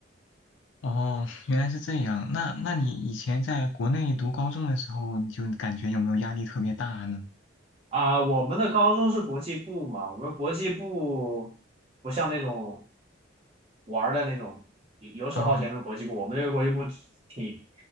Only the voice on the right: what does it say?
啊，我们的高中是国际部嘛，我们国际部不像那种玩儿的那种游游手好闲的国际部，
我们这个国际部挺